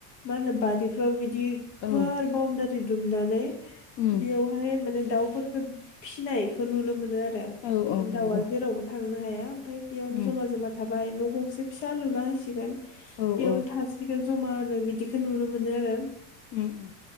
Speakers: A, on the left; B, on the left.
A: मा होनो बारिफ्राव बिदि गुवार
B: औ
A: बाउन्दारि दुमनानै
B: उम
A: बेयाव बाहाय माने दाउफोरखौ फिसिनायखौ नुनो मोनो आरो
B: औ औ नंगौ
A: दाउआ जेरावबो थांनो हाया ओमफ्राय बेयावनो
B: उम
A: जमा जमा थाबाय न' गंसे फिसा लुना होसिगोन बेयावनो
B: औ औ
A: थासिगोन जमानो बिदिखौ नुनो मोनो आरो
B: उम उम